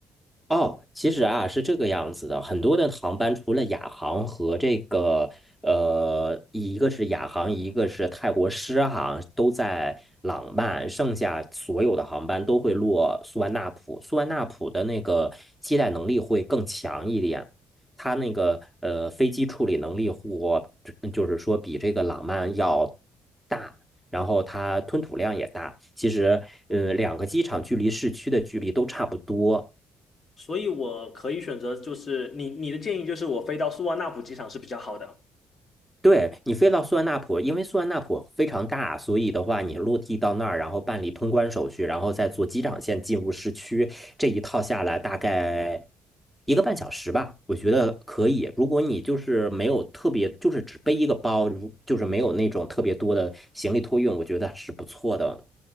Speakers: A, in the centre; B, on the left.
A: 哦，其实啊是这个样子的，很多的航班除了亚航和这个呃，一个是亚航，一个是泰国狮航，都在朗曼，剩下所有的航班都会落苏万纳普。苏万纳普的那个接待能力会更强一点，它那个呃飞机处理能力或就是说比这个朗曼要大。然后它吞吐量也大，其实，呃，两个机场距离市区的距离都差不多。
B: 所以我可以选择，就是你你的建议就是我飞到苏万那普机场是比较好的。
A: 对，你飞到苏万那普，因为苏万那普非常大，所以的话，你落地到那儿，然后办理通关手续，然后再坐机场线进入市区，这一套下来大概一个半小时吧，我觉得可以。如果你就是没有特别，就是只背一个包，如就是没有那种特别多的行李托运，我觉得是不错的。